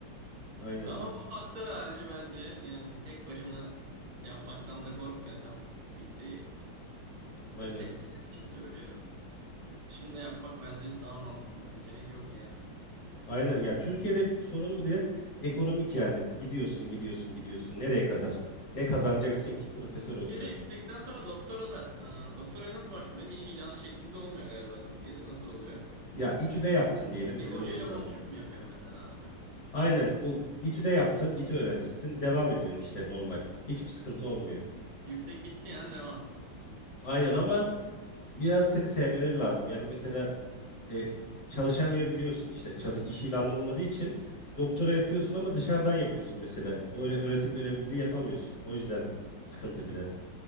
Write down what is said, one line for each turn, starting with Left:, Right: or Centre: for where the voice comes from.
Left: Aynen.
Right: Ama bu faktör harici bence yani tek başına yapmaktan da korkmuyorsan yükseği
Left: Aynen.
Right: tüm tek giden için söylüyorum. Yurt dışında yapmak bence daha mantıklı bir seçenek yok yani.
Left: Aynen ya Türkiye'de sorun bir de ekonomik yani. Gidiyorsun gidiyorsun gidiyorsun. Nereye kadar? Ne kazanacaksın ki? Profesör
Right: Türkiye'de
Left: olacaksın.
Right: yüksekten sonra doktora da e, doktoraya nasıl başvuruyorsun? İş ilanı şeklinde olmuyor galiba Türkiye'de. Nasıl oluyor?
Left: Ya İTÜ'de yaptın diyelim
Right: Bir
Left: bizim
Right: hocayla
Left: okuldan.
Right: konuşup mu yapıyorsun mesela atıyorum?
Left: Aynen o İTÜ'de yaptın, İTÜ öğrencisisin. Devam ediyorsun işte normal. Hiçbir sıkıntı olmuyor.
Right: Yüksek bitti yani devamsın.
Left: Aynen ama biraz seni sevmeleri lazım. Yani mesela e, çalışamıyor biliyorsun işte çalış, iş ilanı olmadığı için doktora yapıyorsun ama dışarıdan yapıyorsun mesela. Öyle öğretim görevliliği yapamıyorsun. O yüzden sıkıntı bir de.